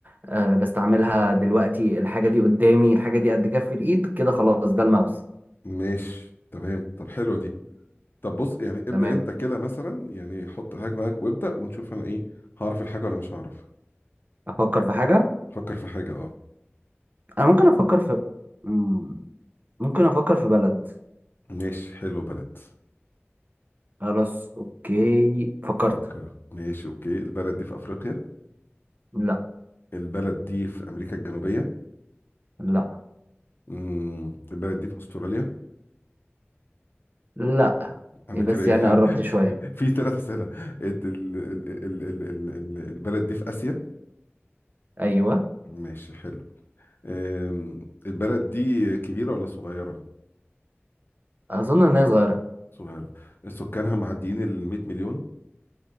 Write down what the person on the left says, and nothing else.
ماشي تمام طب حلوه دي طب بص يعني ابدا
انت كده مثلا يعني حط حاجه معاك وابدا ونشوف انا ايه هعرف الحاجه ولا مش هعرف
فكر في حاجه اه
ماشي حلو بلد
فكر ماشي اوكي البلد دي في افريقيا
البلد دي في امريكا الجنوبيه
امم البلد دي في استراليا
انا
كده
ايه
<laughs>
في
في ثلاث اسئله ال- ال- ال- ال- ال- ال- ال- البلد دي في اسيا
ماشي حلو أم، البلد دي كبيره ولا صغيره
صغيره سكانها معديين ال 100 مليون